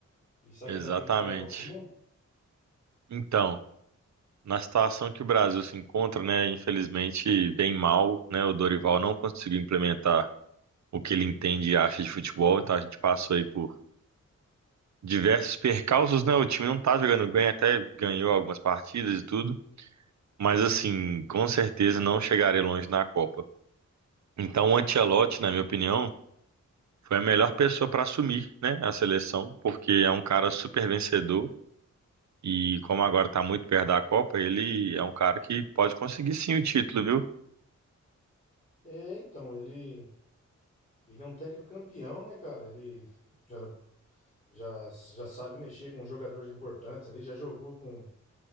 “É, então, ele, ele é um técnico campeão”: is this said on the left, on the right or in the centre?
Left